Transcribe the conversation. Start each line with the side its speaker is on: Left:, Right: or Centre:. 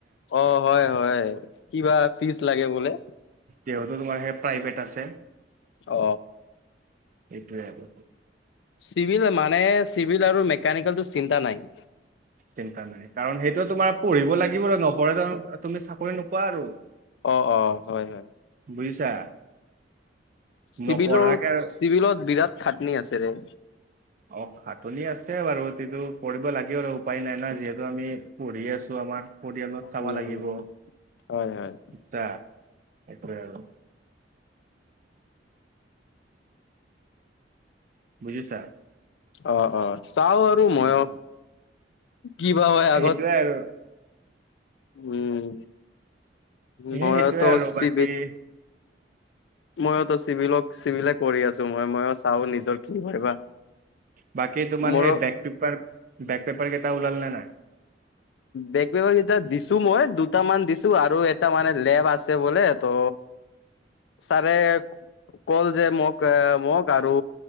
Left: অ, হয়-হয় কিবা ফিজ লাগে বোলে?
Right: তেওঁতো তোমাৰ সেই প্ৰাইভেট আছে।
Left: অ।
Right: সেইটোৱে আৰু
Left: চিভিল মানে চিভিল আৰু মেকানিকেলটো চিন্তা নাই।
Right: চিন্তা নাই, কাৰণ সেইটোৱে তোমাৰ পঢ়িব লাগিব, নপঢ়াকে ত তুমি চাকৰি নোপোৱা আৰু।
Left: অ-অ, হয় হয়।
Right: বুজিছা?
Left: চিভিলৰ,
Right: নপঢ়াকে আৰু
Left: চিভিলত বিৰাট খাটনি আছে ৰে।
Right: অ, খাটনি আছে বাৰু, কিন্তু কৰিব লাগে আৰু উপায় নাই না যিহেতু আমি পঢ়ি আছো আমাৰ পৰিয়ালত। চাব
Left: উম
Right: লাগিব। বুজিছা
Left: হয় হয়
Right: সেইটোৱে আৰু। বুজিছা?
Left: অ অ চাও আৰু
Right: উম।
Left: মইও কি বা হয় আগত।
Right: সেইটোৱে আৰু
Left: উম
Right: সেই
Left: মইয়ট
Right: সেইটোৱে আৰু
Left: চিবিত
Right: বাকী
Left: ময়োতো চিভিলক চিবিলে কৰি আছো মই ময়ো চাওঁ নিজৰ কি হয় বা।
Right: বাকী তোমাৰ
Left: মোৰো
Right: সেই বেক পেপাৰ বেক পেপাৰ কেইটা ওলাল নে নাই?
Left: বেগ পেপাৰ কেইটা দিছো মই দুটামান দিছো, আৰু এটা মানে লেব আছে বোলে ত চাৰে কল যে মোক এ মোক আৰু